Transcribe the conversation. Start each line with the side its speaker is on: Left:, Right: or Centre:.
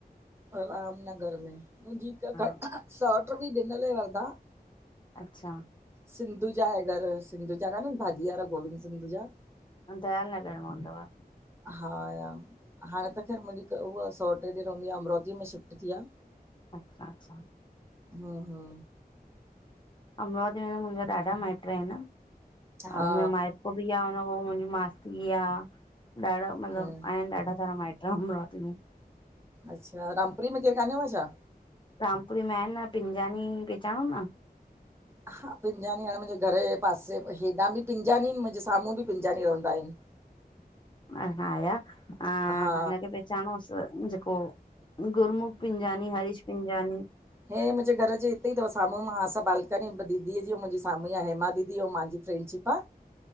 Right: रामनगर में मुंहिंजी हिकु
Left: हा
Right: सौट्र बि ॾिनल ऐ वरधां।
Left: अच्छा।
Right: सिंधू जा, ऐं घर सिंधू जा कान्हनि भाॼी वारा गोविंद सिंधू जा।
Left: दयाल नगर में हूंदव।
Right: हा या? हाणे त ख़ैरु मुंहिंजी हिक उहा सौट तें रहंदी आ अमरावतीअ में शिफ्ट थी आ।
Left: अच्छा- अच्छा।
Right: हा- हा।
Left: अमरावती में त मुंहिंजा ॾाढा माइट आहिनि, मतिलब
Right: हा
Left: मुं माइट पुफी आ, मुंहिंजी मासी आ, ॾाढा मतिलबु
Right: हम्म
Left: आहिनि ॾाढा सारा माइट अमरावती में।
Right: अच्छा, रामपुरी में केरु कानेव छा?
Left: रामपुरी में आहिनि न, पिंजानी पेचाणो न?
Right: हा, पिंजानी हाणे मुंहिंजे घर जे पासे, हेॾां बि पिंजानी मुंहिंजे साम्हूं बि पिंजानी रहंदा आहिनि।
Left: उनखे
Right: हा
Left: पह चाणोसि, जेको गुरमुख पिंजानी, हरीश पिंजानी।
Right: हे मुंहिंजे घर जे हिते ई अथव साम्हूं हसां बालकनी दीदीअ जी मुंहिंजे साम्हूं ई आहे, हेमा दीदी ऐं मुंहिंजी फ्रेंडशिप आ।